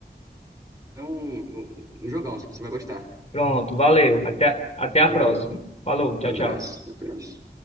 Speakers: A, on the right; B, on the left.
A: Então, um, um um jogão, você vai gostar.
B: Pronto, valeu. Até, até a
A: Valeu,
B: próxima. Falou, tchau,
A: abraço,
B: tchau.
A: abraço.